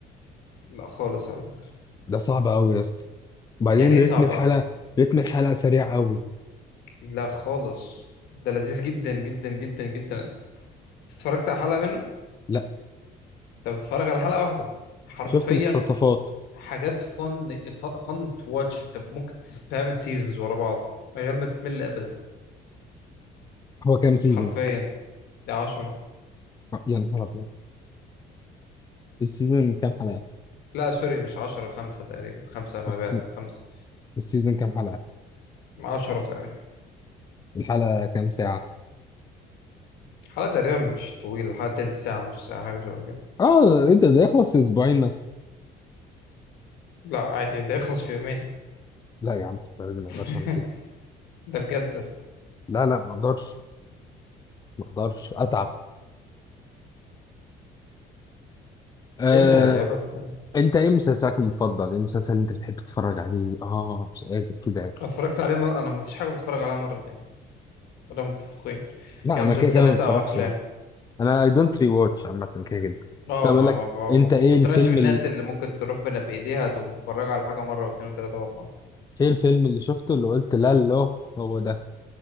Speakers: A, on the left (about 80°); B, on the left (about 25°).
A: لا خالص على فكره
B: ده صعب قوي يا اسطى وبعدين
A: يعني ايه
B: رتم
A: صعبه
B: الحلقه رتم الحلقه سريع قوي
A: لا خالص ده لذيذ جدا جدا جدا جدا أنت اتفرجت على حلقه منه
B: لا
A: انت بتتفرج على حلقه واحده حرفيا
B: شفت مقتطفات
A: حاجات فن فن تو واتش انت ممكن تسبام سيزونز ورا بعض من غير ما تمل ابدا
B: هو كام سيزون
A: حرفيا ده 10
B: آه، يا نهار ابيض السيزون كام حلقه
A: لا سوري مش 10 خمسة تقريبا خمسة ما
B: السيزون
A: بعد خمسة
B: السيزون كام حلقه
A: 10 تقريبا
B: الحلقه كام ساعه
A: حلقة تقريبا مش طويلة حلقة تلت ساعة نص ساعة حاجة شبه كده
B: اه انت ده يخلص في اسبوعين مثلا
A: لا عادي ده يخلص في يومين
B: لا يا عم لا، ما
A: <laughs>
B: اقدرش اعمل كده
A: ده بجد
B: لا لا ما اقدرش ما اقدرش اتعب آه
A: ايه اللي هيتعبك يعني؟
B: انت ايه مسلسلك المفضل ايه المسلسل اللي انت بتحب تتفرج عليه اه مش قادر كده يعني.
A: اتفرجت عليه مرة انا ما فيش حاجة بتفرج عليها مرتين ولا متفقين
B: لا
A: كمسلسلات
B: انا كده كده ما بتفرجش
A: او افلام
B: انا اي دونت ري واتش عامه كده كده
A: اه
B: بس أنا بقول
A: ما
B: لك
A: ما ما
B: انت
A: ما-
B: ايه
A: ما كنتناش
B: الفيلم
A: بالناس اللي ممكن تروح بنا بايديها تقوم متفرجه على حاجه مره واثنين وثلاثه واربعه
B: ايه الفيلم اللي شفته اللي قلت لا لا هو ده